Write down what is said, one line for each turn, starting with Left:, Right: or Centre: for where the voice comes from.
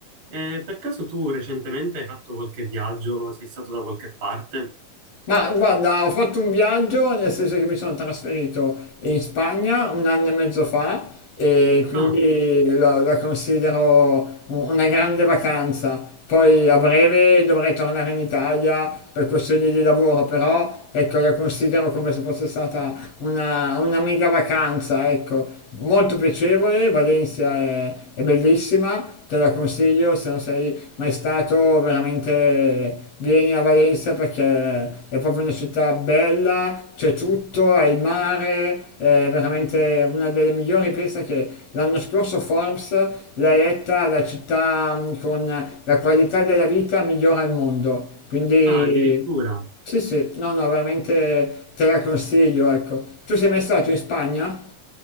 Right: Eh, per caso tu recentemente hai fatto qualche viaggio? Sei stato da qualche parte?
Left: Ma guarda, ho fatto un viaggio, nel senso che mi sono trasferito in Spagna un anno e mezzo fa e quindi
Right: Ah,
Left: la, la considero un- una grande vacanza. Poi a breve dovrei tornare in Italia per questioni di lavoro, però ecco, la considero come se fosse stata una, una mega vacanza, ecco, molto piacevole, Valencia è, è bellissima, te la consiglio se non sei mai stato veramente vieni a Valencia perché è proprio una città bella, c'è tutto, hai il mare, è veramente una delle migliori. Pensa che l'anno scorso Forbes l'ha eletta la città mm, con la qualità della vita migliore al mondo. Quindi
Right: ah, addirittura.
Left: sì, sì, no, no, veramente te la consiglio, ecco. Tu sei mai stato in Spagna?